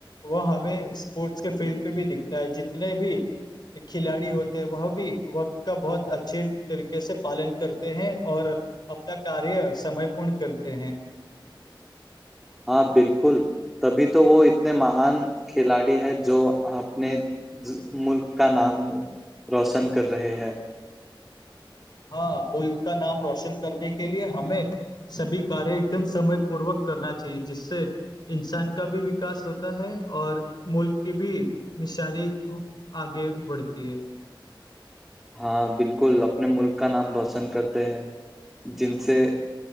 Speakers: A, on the left; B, in the centre.
A: وہ ہمیں اسپورٹس کے فیلڈ پہ بھی دکھتا ہے جتنے بھی کھلاڑی ہوتے ہیں وہ بھی وقت کا بہت اچھے طریقے سے پالن کرتے ہیں اور اپنا کاریہ سمے پورن کرتے ہیں
B: ہاں بالکل تبھی تو وہ اتنے مہان کھلاڑی ہے جو اپنے ملک کا نام روشن کر رہے ہیں
A: ہاں ملک کا نام روشن کرنے کے لیے ہمیں سبھی کاریہ ایک دم سمئے پوروک کرنا چاہیے جس سے انسان کا بھی وکاس ہوتا ہے اور ملک کی بھی نشانی آگے بڑھتی ہے
B: ہاں بالکل اپنے ملک کا نام روشن کرتے ہیں جن سے